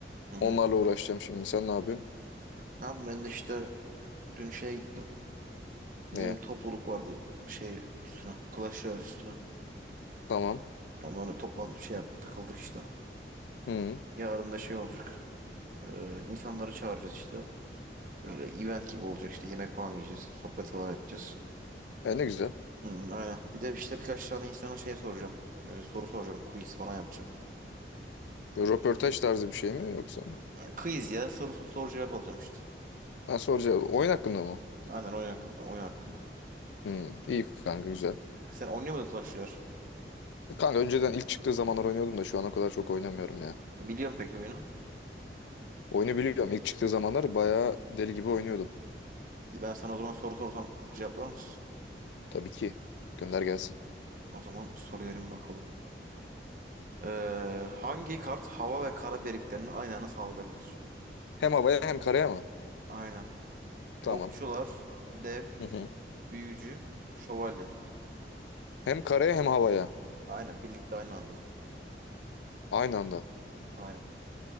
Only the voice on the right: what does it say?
Hı
hı.
Ne yapayım ben de işte dün şeye gittim. Bizim
topluluk vardı şey üstüne. Clash Royale üstüne.
Onlara toplantı şey yaptık takıldık işte.
Yarın da şey olacak. Ee, insanları çağıracağız işte. Böyle event gibi olacak işte. Yemek falan yiyeceğiz. Sohbet falan edeceğiz.
Hı, aynen. Bir de işte birkaç tane insana şey soracağım. Ee, soru soracağım. Quiz falan yapacağım.
Quiz ya sorusu soru cevap alacağım işte.
Aynen oyun hakkında. Oyun hakkında.
Sen oynayamadın Clash Royale.
Biliyorum peki oyunu.
İyi ben sana o zaman soru sorsam cevaplar mısın?
O zaman soruyorum bakalım. Ee, hangi kart hava ve kara birliklerini aynı anda saldırabilir?
Aynen.
Okçular, dev,
büyücü, şövalye.
Aynen birlikte aynı anda.
Aynen.